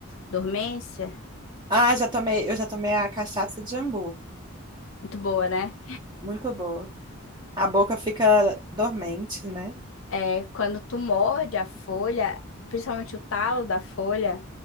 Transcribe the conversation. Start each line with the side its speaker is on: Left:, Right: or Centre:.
Left: dormência.
Right: Ah, já tomei, eu já tomei a cachaça de jambu.
Left: Muito boa, né?
Right: Muito boa. A boca fica dormente, né?
Left: É, quando tu morde a folha, principalmente o talo da folha,